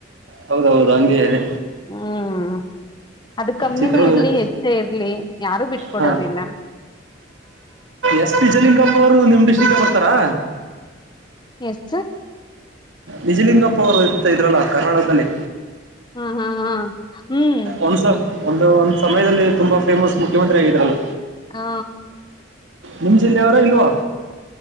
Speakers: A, on the right; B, on the left.
A: ಹೌದೌದು ಹಂಗೆ ಇದೆ
B: ಹ್ಮ್ ಅದು ಕಮ್ಮಿನೇ
A: ಚಿತ್ರದುರ್ಗ
B: ಇರ್ಲಿ ಹೆಚ್ಚೇ ಇರ್ಲಿ ಯಾರು ಬಿಟ್ಕೊಡೋದಿಲ್ಲ
A: ಹಾ ಎಸ್ ನಿಜಲಿಂಗಪ್ಪ ಅವರು ನಿಮ್ಮ ಡಿಸ್ಟ್ರಿಕ್ಗೆ ಬರ್ತಾರಾ
B: ಎಸ್
A: ನಿಜಲಿಂಗಪ್ಪ ಅವ್ರು ಇರ್ತ ಇದ್ರಲ್ಲ ಕರ್ನಾಟಕದಲ್ಲಿ
B: ಹಾ ಹಾ ಹಾ ಹ್ಮ್
A: ಒಂದಸ ಒಂದು ಒಂದ್ ಸಮಯದಲ್ಲಿ ತುಂಬಾ ಫೇಮಸ್ ಮುಖ್ಯಮಂತ್ರಿ ಆಗಿದ್ರಲ್ಲ
B: ಹಾ
A: ನಿಮ್ ಜಿಲ್ಲೆಯವರ ಇಲ್ವಾ